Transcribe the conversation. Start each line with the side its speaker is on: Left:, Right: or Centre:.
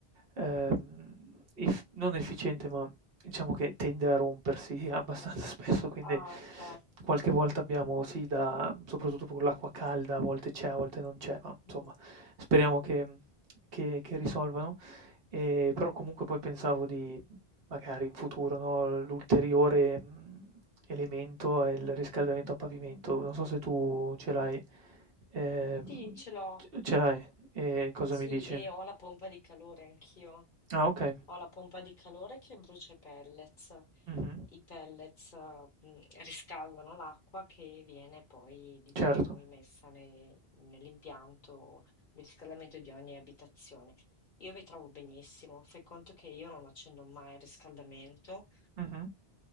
Right: ehm, ef non efficiente, ma diciamo che tende a rompersi abbastanza <laughs> spesso, quindi
Left: Ah, ok.
Right: qualche volta abbiamo sì da soprattutto con l'acqua calda, a volte c'è, a volte non c'è, ma insomma
Left: Mm.
Right: speriamo che che che risolvano. Ehm, però comunque poi pensavo di magari in futuro, no, l'ulteriore, mhmm, elemento è il riscaldamento a pavimento. Non so se tu ce l'hai ehm,
Left: Sì, ce l'ho.
Right: c ce l'hai? E cosa
Left: Sì,
Right: mi dici?
Left: e ho la pompa di calore anch'io.
Right: Ah, okay.
Left: Ho la pompa di calore che brucia i pellets.
Right: Mh-mh.
Left: I pellets, eh, mm, riscaldano l'acqua che viene poi, diciamo,
Right: Certo.
Left: immessa ne- nell'impianto di riscaldamento di ogni abitazione. Io mi trovo benissimo. Fai conto che io non accendo mai il riscaldamento.
Right: Mh-mh.